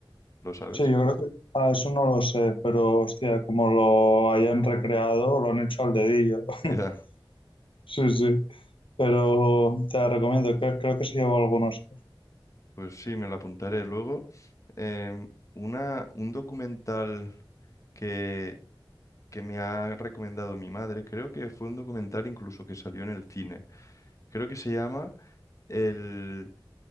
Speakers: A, on the left; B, on the left.
A: ¿Lo sabes?
B: sí, yo creo que, ah, eso no lo sé, pero hostia, como lo hayan recreado, lo han hecho al dedillo. <laughs>
A: <laughs> Ya.
B: Sí, sí, pero te la recomiendo, creo, creo que se llevó algunos.
A: Pues sí, me la apuntaré luego. Em, una, un documental que, que me ha recomendado mi madre, creo que fue un documental incluso que salió en el cine. Creo que se llama El,